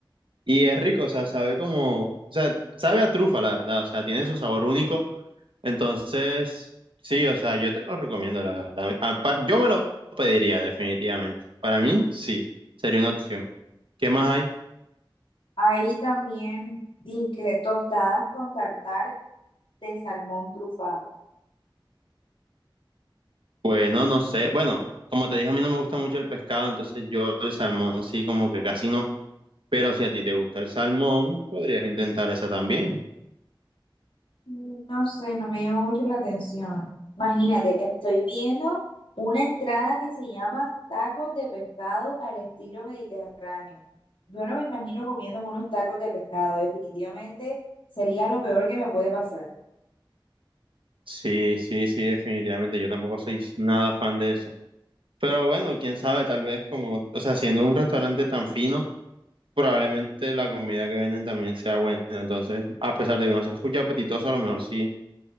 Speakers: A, on the right; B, on the left.
A: Y es rico, o sea, sabe como, o sea, sabe a trufa, la verdad, o sea, tiene su sabor único. Entonces, sí, o sea, yo te lo recomiendo, la verdad. Apar- Yo me lo pediría, definitivamente. Para mí, sí, sería una opción. ¿Qué más hay?
B: Ahí también dije tostadas con tartar de salmón trufado.
A: Bueno, no sé. Bueno, como te dije, a mí no me gusta mucho el pescado, entonces yo el salmón sí, como que casi no. Pero si a ti te gusta el salmón, podrías intentar esa también.
B: Mm, No sé, no me llama mucho la atención. Imagínate, estoy viendo una entrada que se llama tacos de pescado al estilo mediterráneo. Yo no me imagino comiendo unos tacos de pescado. Definitivamente sería lo peor que me puede pasar.
A: Sí, sí, sí, definitivamente. Yo tampoco soy nada fan de eso Pero bueno, quién sabe, tal vez como, o sea, siendo un restaurante tan fino, probablemente la comida que venden también sea buena. Entonces, a pesar de que no se escucha apetitoso, a lo mejor sí